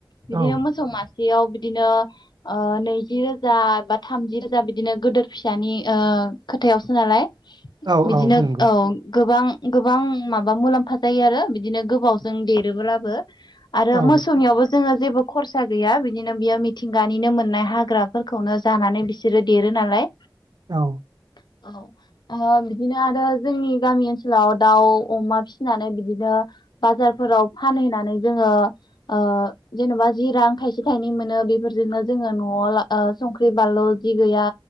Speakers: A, on the left; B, on the right.
A: बिदिनो
B: औ
A: मोसौ मासे सेयाव बिदिनो ओ नैजि रोजा बा थामजि रोजा बिदिनो गोदोर फिसानि ओ खोथायावसो नालाय
B: औ
A: बिदिनो
B: औ नंगौ
A: औ गोबां गोबां माबा मुलाम्फा जायो आरो बिदिनो गोबावजों देरोब्लाबो। आरो
B: औ
A: मोसौनियावबो जोङो जेबो खरसा गैया बिदिनो बियो मिथिंगानिनो मोननाय हाग्राफोरखौनो जानानै बिसोरो देरो नालाय
B: औ
A: औ ओ बिदिनो आरो जोंनि गामि ओनसोलाव दाउ अमा फिसिनानै बिदिनो बाजारफोराव फानहैनानै जोङो ओ जेनबा जि रां थायसे थायनै मोनो बेफोरजोंनो जोङो नआव ओ संख्रि बानलु जि गैया